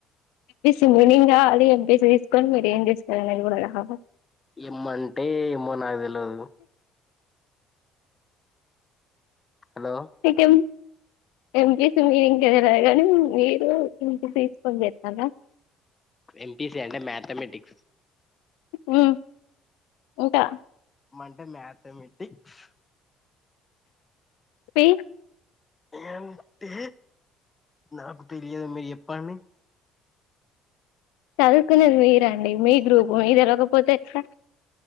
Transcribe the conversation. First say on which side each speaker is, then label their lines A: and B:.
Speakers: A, on the left; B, on the left.
A: ఎంపీసి మీనింగ్ గావాలి ఎంపీసీ తీసుకొని మీరు ఏం చేస్తారనేది కూడా కావాలి
B: ఏమ్ అంటే ఏమ్మో నాకి తెల్వదు హలో
A: ఇకం ఎంపీసి మీనింగ్ తెలిలేగాని మీరు ఏం పి సి తీసుకొని చేస్తారా
B: ఎంపీసి అంటే మ్యాథమెటిక్స్
A: ఉ ఇంకా
B: ఏం అంటే మాథమెటిక్స్
A: పి
B: ఏంటి నాకు తెలియదు మీరు చెప్పండి
A: చదువుకున్నది మీరండి మీ గ్రూపు మీ తెరవకపోతే ఎట్ల